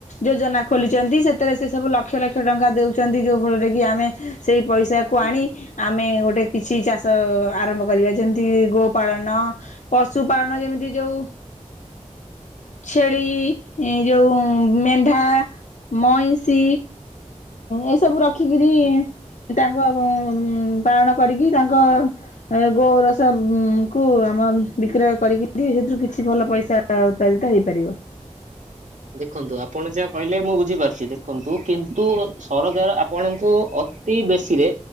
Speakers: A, on the left (about 80°); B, on the right (about 80°).
A: ଯୋଜନା ଖୋଲିଚନ୍ତି ସେଥିରେ ସେ ସବୁ ଲକ୍ଷ ଲକ୍ଷ ଟଙ୍କା ଦେଉଚନ୍ତି ଯୋଉ ଫଳରେ କି ଆମେ ସେଇ ପଇସାକୁ ଆଣି ଆମେ ଗୋଟେ କିଛି ଚାଷ ଆରମ୍ଭ କରିବା ଯେମିତି କି ଗୋ ପାାଳନ, ପଶୁ ପାାଳନ ଯେମିତି ଯୋଉ ଛେଳି ଏ ଯୋଉ ମେଣ୍ଢା ମଇଁଷି ଏଇ ସବୁ ରଖିକିରି ତାଙ୍କ ପାଳନ କରିକି ତାଙ୍କ ଗୋରସ କୁ ଆମ ବିକ୍ରୟ କରିକିରି ସେଥିରୁ କିଛି ଭଲ ପଇସା ଉତ୍ପାଦିତ ହେଇପାରିବ।
B: ଦେଖନ୍ତୁ ଆପଣ ଯାହା କହିଲେ ମୁଁ ବୁଝିପାରୁଛି ଦେଖନ୍ତୁ କିନ୍ତୁ ସରକାର ଆପଣଙ୍କୁ ଅ ଅତି ବେଶୀରେ